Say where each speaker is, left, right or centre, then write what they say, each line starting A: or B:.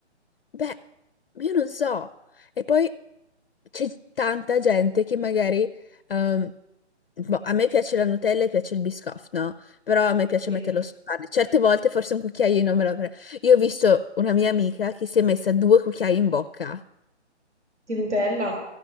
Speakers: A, on the left (about 55°); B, on the right (about 75°).
A: Beh, io non so. E poi c'è tanta gente che magari... ehm, boh, a me piace la Nutella e piace il Biscoff, no? Però a me piace
B: Sì.
A: metterlo sul pane. Certe volte forse un cucchiaino me lo prendo. Io ho visto una mia amica che si è messa due cucchiai in bocca.
B: Di Nutella?